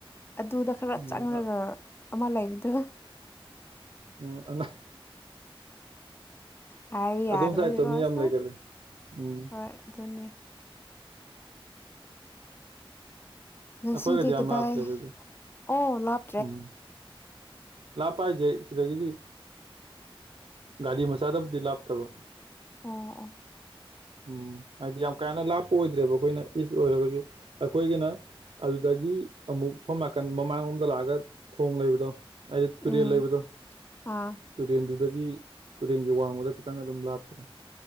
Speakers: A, on the left; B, on the right.
A: ꯑꯗꯨꯗ ꯈꯔ
B: ꯎꯝ
A: ꯆꯪꯔꯒ ꯑꯃ ꯂꯩꯕꯗꯣ
B: ꯑꯣ ꯑꯅ
A: ꯍꯥꯏꯕ ꯌꯥꯗꯕꯒꯤꯀꯣ
B: ꯑꯗꯣꯝ ꯁꯥꯏꯠꯇꯣ ꯃꯤ ꯌꯥꯝ
A: ꯑꯁ
B: ꯂꯩꯒꯜꯂꯤ ꯎꯝ
A: ꯍꯣꯏ ꯗꯨꯅꯦ ꯉꯁꯤꯗꯤ
B: ꯑꯩꯈꯣꯏꯒꯗꯤ ꯌꯥꯝ
A: ꯀꯗꯥꯏ
B: ꯂꯥꯞꯇ꯭ꯔꯦ ꯑꯗꯨꯗꯤ
A: ꯑꯣ ꯂꯥꯞ
B: ꯎꯝ ꯂꯥꯞꯄ ꯍꯥꯏꯖꯦ ꯁꯤꯗꯒꯤꯗꯤ ꯒꯥꯔꯤ ꯃꯆꯥꯗꯕꯨꯗꯤ ꯂꯥꯞꯇꯕ
A: ꯑꯣ ꯑꯣ
B: ꯎꯝ ꯍꯥꯏꯗꯤ ꯌꯥꯝ ꯀꯥ ꯍꯦꯟꯅ ꯂꯥꯞꯄ ꯑꯣꯏꯗ꯭ꯔꯦꯕ ꯑꯩꯈꯣꯏꯅ ꯏꯁ ꯑꯣꯏꯔꯒꯁꯨ ꯑꯩꯈꯣꯏꯒꯤꯅ ꯑꯗꯨꯗꯒꯤ ꯑꯃꯨꯛ ꯁꯣꯝ ꯅꯥꯀꯟ ꯃꯃꯥꯡꯂꯣꯝ ꯗ ꯂꯥꯛꯑꯒ ꯊꯣꯡ ꯂꯩꯕꯗꯣ ꯍꯥꯏꯗꯤ ꯇꯨꯔꯦꯜ
A: ꯎꯝ
B: ꯂꯩꯕꯗꯣ
A: ꯑꯥ
B: ꯇꯨꯔꯦꯟꯗꯨꯗꯒꯤ ꯇꯨꯔꯦꯟꯒꯤ ꯋꯥꯡꯃꯗ ꯈꯤꯇꯪ ꯑꯗꯨꯝ ꯂꯥꯞꯇ꯭ꯔꯦ